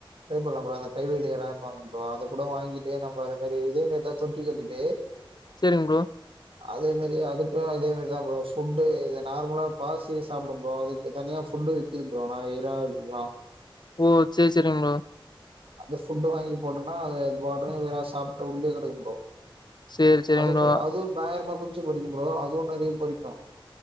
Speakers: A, on the right; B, on the left.
A: ட்ரை பண்ணலாம் ப்ரோ அந்த கைவேல எறாம்பாங்க ப்ரோ அத கூட வாங்கிட்டு நம்ம அதுமாரி இதே மாாரிதா தொட்டி கட்டிட்டு
B: சரிங்க ப்ரோ
A: அதே மாரி அதுக்கு அதே மாரிதா ப்ரோ ஃபுட்டு இது நார்மலா பாசி சாப்புடும் ப்றோ அதுக்கு தனியா ஃபுட்டு விக்கிது ப்றோ நா இறால் வா
B: ஓ செரி செரிங்க ப்ரோ
A: அந்த ஃபுட்டு வாங்கி போட்டனா அது அது பாட்கு வெறா சாப்ட்டு உள்ளே கெடக்கும் ப்ரோ
B: சேரி சேரிங்
A: அதுக்கு
B: ப்ரோ
A: அது <unintelligible> குஞ்சு பொறிக்கும் ப்ரோ அதுவும் நெறைய பொறிக்கு